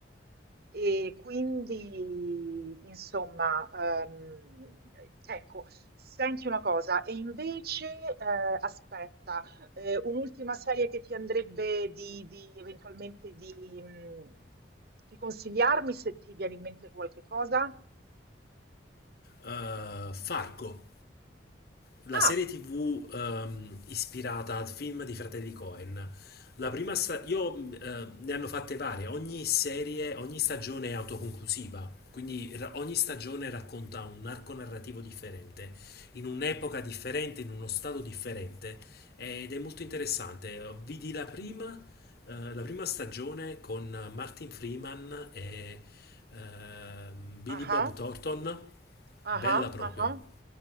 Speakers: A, on the right (about 55°); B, on the left (about 55°).
A: E quindi, insomma, ehm, ecco, senti una cosa, e invece, eh, aspetta, eh, un'ultima serie che ti andrebbe di, di- eventualmente di, mh, di consigliarmi se ti viene in mente qualche cosa?
B: eh, Fargo. la
A: Ah,
B: serie TV ehm, ispirata al film di Fratelli Coen. La prima sta- io mh, eh, ne hanno fatte varie, ogni serie, ogni stagione è autoconclusiva, quindi ra- ogni stagione racconta un arco narrativo differente, in un'epoca differente, in uno stato differente ed è molto interessante. Vidi la prima, eh, la prima stagione con Martin Freeman e ehm, Billy
A: ah,
B: Bob Thornton,
A: ah,
B: bella proprio.
A: ah,